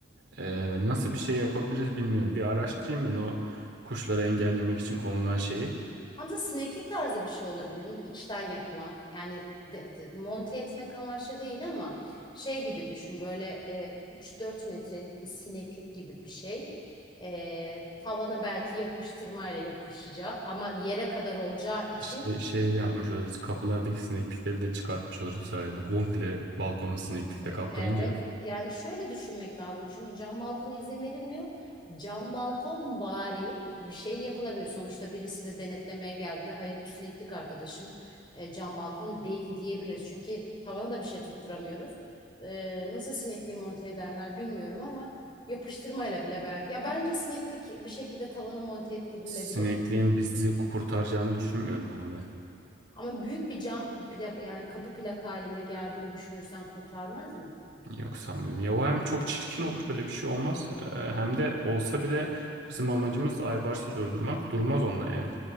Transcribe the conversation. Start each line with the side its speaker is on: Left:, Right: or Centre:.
Right: E, nasıl bir şey yapabiliriz bilmiyorum. Bir araştırayım ben o kuşları engellemek için konulan şeyi.
Left: Hamza sineklik tarzı bir şey olabilir mi? İçten yapılan. Yani de- de- monte etmek amaçlı değil ama şey gibi düşün böyle e, 3-4 metrelik bir sineklik gibi bir şey. E, tavana belki yapıştırmayla yapışacak ama yere kadar olacağı için
Right: Şey, şey yapmış oluruz. Kapılardaki sineklikleri de çıkartmış oluruz bu sayede. Komple balkonu sineklikle
Left: E, Evet.
Right: kaplayınca.
Left: Yani şöyle düşünmek lazım. Çünkü cam balkona izin verilmiyor. Cam balkon vari bir şey yapılabilir. Sonuçta birisi de denetlemeye geldiğinde hayır bu sineklik arkadaşım e, cam balkon değil diyebilir. Çünkü tavana da bir şey tutturamıyoruz. E, nasıl sinekliği monte ederler bilmiyorum ama yapıştırmayla bile belki. Ya bence sineklik bir şekilde tavana monte ettirilebilir.
Right: Sinekliğin bizi kurtaracağını düşünmüyorum ama ben.
Left: Ama büyük bir cam plak yani kapı plak halinde geldiğini düşünürsen kurtarmaz mı?
Right: Yok sanmıyorum. Ya o hem çok çirkin olur öyle bir şey olmaz. Ee, hem de olsa bile bizim amacımız Aybars'ı durdurmak. Durmaz onunla yani.